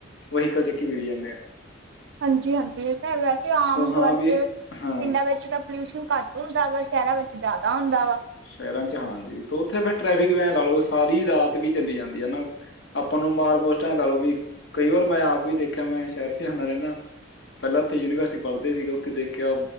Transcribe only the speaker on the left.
ਵਹੀਕਲ ਚੱਕੀ ਫਿਰੀ ਜਾਂਦੇ ਆ
ਸੋ ਹਾਂ
ਵੀ
ਹਾਂ
ਸ਼ਹਿਰਾਂ ਚ ਹਾਂਜੀ ਤੇ ਉੱਥੇ ਫੇਿਰ ਟ੍ਰੈਫਿਕ ਵੈਨ ਲਾ ਲਓ ਸਾਰੀ ਰਾਤ ਵੀ ਚੱਲੀ ਜਾਂਦੀ ਹੈ ਨਾ ਆਪਾਂ ਨੂੰ ਮਾਰ ਮੋਸ ਟ ਲਾ ਲਓ ਵੀ ਕਈ ਵਾਰ ਮੈਂ ਆਪ ਵੀ ਦੇਖਿਆ ਮੈਂ ਸ਼ਹਿਰ ਚ ਆਦਾ ਰੈਂਦਾ ਪੈਲਾਂ ਉੱਥੇ ਯੂਨੀਵਰਸਿਟੀ ਪੜ੍ਹਦੇ ਸੀਗੇ ਉੱਥੇ ਦੇਖਿਆ